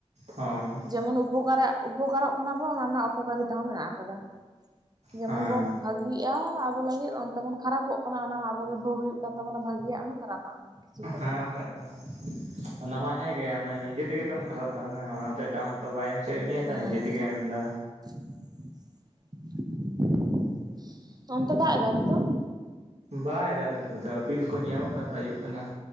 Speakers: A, on the right; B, on the right.
A: ᱦᱚᱭ᱾
B: ᱡᱮᱢᱚᱱ ᱩᱯᱚᱠᱟᱨᱟᱜ ᱩᱯᱚᱠᱟᱨᱚᱜ ᱠᱟᱱᱟ ᱵᱚᱱ, ᱚᱱᱟ ᱚᱯᱚᱠᱟᱨᱤᱛᱟ ᱦᱚᱸ ᱢᱮᱱᱟᱜ ᱟᱠᱟᱫᱟ, ᱡᱮᱢᱚᱱ
A: ᱦᱮᱸ
B: ᱵᱚᱼᱼ ᱵᱷᱟᱜᱤᱜᱼᱟ ᱟᱵᱚ ᱞᱟᱹᱜᱤᱫ ᱚᱱᱛᱮ ᱵᱚᱱ ᱠᱷᱟᱨᱟᱯᱚᱜ ᱠᱟᱱᱟ, ᱚᱱᱟ ᱦᱚᱸ ᱟᱵᱚ ᱜᱮ ᱵᱷᱚᱜ ᱦᱩᱭᱩᱜ ᱠᱟᱱ ᱛᱟᱵᱚᱱᱟ ᱵᱷᱟᱜᱤᱭᱟᱜ ᱦᱚᱸ ᱠᱷᱟᱨᱟᱯᱟᱜ ᱦᱚᱸ᱾ ᱠᱤᱪᱷᱩ ᱠᱟᱨᱚᱱ
A: ᱦᱮᱸ ᱵᱟᱠᱷᱟᱡ
B: ᱛᱮ᱾
A: ᱫᱚ ᱚᱱᱟ ᱢᱟ ᱦᱮᱸ ᱜᱮ ᱟᱫᱚ ᱱᱤᱡᱮ ᱛᱮᱜᱮ ᱛᱚᱢ ᱠᱷᱚᱨᱟᱯ ᱫᱟ ᱚᱱᱟ ᱫᱚ ᱮᱴᱟᱜ ᱦᱚᱲᱼᱼ ᱛᱚ ᱵᱟᱭ ᱮᱢ ᱦᱚᱪᱚᱭᱮᱜ ᱢᱮᱭᱟ
B: ᱦᱮᱸ
A: ᱛᱚ ᱱᱤᱡᱮ ᱛᱮᱜᱮᱢ ᱮᱢ ᱫᱟ᱾
B: <unintelligible> ᱚᱱᱛᱮ ᱫᱟᱜ ᱮᱫᱟ ᱱᱤᱛᱚᱜ?
A: ᱵᱟᱭ ᱫᱟᱜᱮᱫ-ᱟ ᱱᱤᱛᱚᱜ ᱫᱚ᱾ ᱤᱯᱤᱞ ᱠᱚ ᱧᱟᱞᱚᱜ ᱠᱟᱱᱟ ᱛᱚ ᱟᱹᱭᱩᱵ ᱠᱟᱱᱟ᱾